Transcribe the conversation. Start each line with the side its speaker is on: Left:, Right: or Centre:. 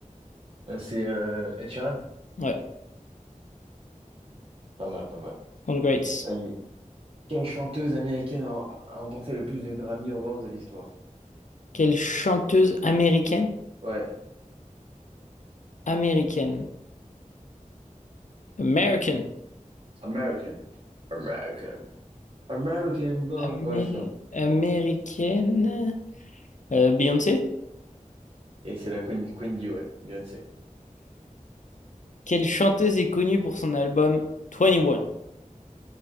Right: Euh, c'est euh, Ed Sheeran?
Left: Ouais.
Right: Pas mal, pas mal.
Left: Congrats.
Right: Vas-y. Quelle chanteuse américaine a a remporté le plus de Grammy Awards de l'histoire?
Left: Quelle chanteuse américaine?
Right: Ouais.
Left: Américaine. American.
Right: American. American. American boy.
Left: Amé-
Right: Ouais, c'est ça.
Left: américaine. Euh, Beyoncé?
Right: Et c'est la Queen, Queen Bee, ouais, Beyoncé.
Left: Quelle chanteuse est connue pour son album Twenty One?